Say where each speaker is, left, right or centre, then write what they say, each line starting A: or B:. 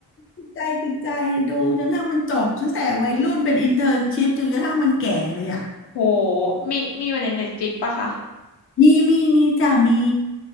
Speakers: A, on the left (about 30°); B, on the left (about 75°).
A: ติดใจติดใจดูจนกระทั่งมันจบตั้งแต่วัยรุ่นเป็นอินเทอร์นชิพจนกระทั่งมันแก่เลยอ่ะ
B: โหมีมีอยู่ในเน็ตฟ i ิกปะคะ
A: มีมีมีจ้ะมี